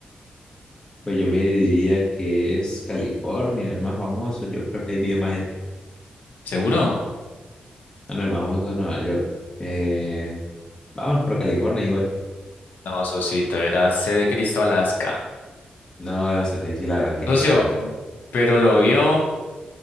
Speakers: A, on the left; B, on the left.
A: Pues yo me diría que es California, el más famoso. Yo creo que ahí vive más gente.
B: ¿Seguro?
A: Ah, no, el más famoso es Nueva York. Eh, vamos por California igual.
B: No, Sosito, era C de Cristo, Alaska.
A: No, eso sí, sí, la verdad es que
B: Socio,
A: ni idea.
B: pero lo vio.